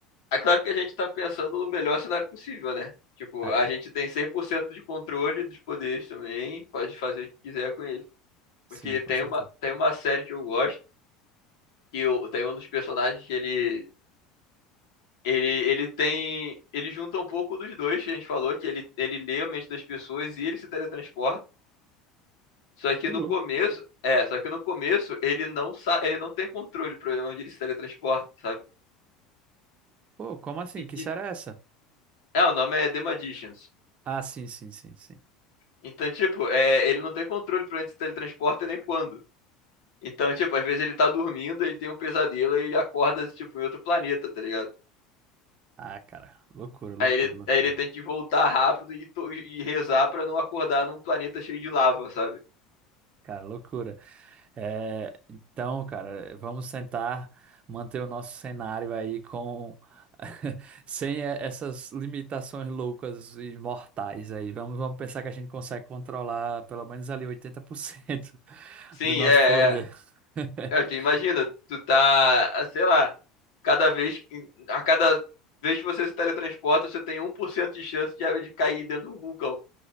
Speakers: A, on the left; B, on the right.
A: é claro que a gente tá pensando no melhor cenário possível, né? Tipo,
B: É,
A: a
B: com-
A: gente tem 100% de controle dos poderes também, pode fazer o que quiser com ele.
B: sim,
A: Porque
B: com
A: tem
B: certeza.
A: uma, tem uma série que eu gosto, que eu, tem um dos personagens que ele Ele, ele tem. Ele junta um pouco dos dois que a gente falou, que ele, ele lê a mente das pessoas e ele se teletransporta. Só que
B: Que
A: no
B: louco.
A: começo. É, só que no começo ele não sa ele não tem controle pra onde ele se teletransporta, sabe?
B: Pô, como assim?
A: E,
B: Que série
A: e-
B: é essa?
A: é, o nome é The Magicians.
B: Ah, sim, sim, sim, sim.
A: Então, tipo, é, ele não tem controle pra onde se teletransporta nem quando. Então, tipo, às vezes ele tá dormindo, ele tem um pesadelo e ele acorda, tipo, em outro planeta, tá ligado?
B: Ah, cara, loucura, loucura,
A: Aí ele,
B: loucura.
A: aí ele tem que voltar rápido e, to- e rezar pra não acordar num planeta cheio de lava, sabe?
B: Cara, loucura. É, então, cara, vamos tentar manter o nosso cenário aí com <laughs> sem eh, essas limitações loucas e mortais aí. Vamos, vamos pensar que a gente consegue controlar pelo menos ali 80% <laughs>
A: Sim,
B: do nosso
A: é,
B: poder.
A: é.
B: <laughs>
A: Cara, que imagina, tu tá, ah, sei lá, cada vez, que- a cada vez que você se teletransporta, você tem um por cento de chance de, de cair dentro de um vulcão.